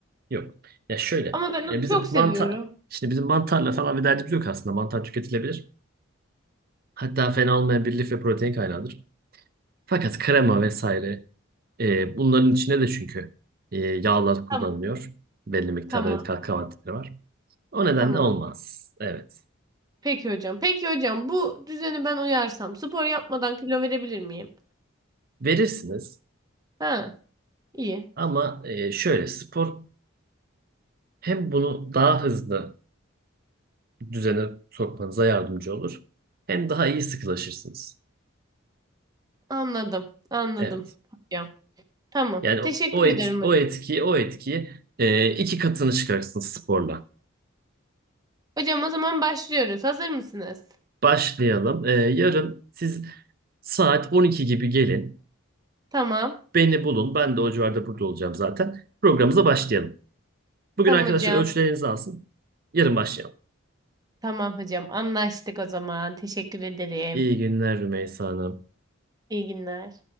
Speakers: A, on the right; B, on the right.
A: Yok. Ya şöyle.
B: Ama ben onu
A: e, bizim
B: çok seviyorum.
A: mantar şimdi bizim mantarla falan bir derdimiz yok aslında. Mantar tüketilebilir. Hatta fena olmayan bir lif ve protein kaynağıdır. Fakat krema vesaire E, bunların içinde de çünkü e, yağlar kullanılıyor.
B: Tamam,
A: Belli miktarda
B: tamam,
A: evet katkı maddeleri var. O nedenle
B: tamam.
A: olmaz. Evet.
B: Peki hocam. Peki hocam, bu düzeni ben uyarsam spor yapmadan kilo verebilir miyim?
A: Verirsiniz
B: Ha, iyi.
A: ama e, şöyle spor hem bunu daha hızlı düzene sokmanıza yardımcı olur. Hem daha iyi sıkılaşırsınız.
B: Anladım. Anladım
A: Evet.
B: hocam. Tamam.
A: Yani
B: Teşekkür
A: o, o, et,
B: ederim
A: o
B: hocam.
A: etkiyi o etkiyi e, iki katını çıkarırsınız sporla.
B: Hocam o zaman başlıyoruz. Hazır mısınız?
A: Başlayalım. E, yarın siz saat 12 gibi gelin.
B: Tamam.
A: Beni bulun. Ben de o civarda burada olacağım zaten. Programımıza başlayalım. Bugün
B: Tamam
A: arkadaşlar
B: hocam.
A: ölçülerinizi alsın. Yarın başlayalım.
B: Tamam hocam. Anlaştık o zaman. Teşekkür ederim.
A: İyi günler Rümeysa Hanım.
B: İyi günler.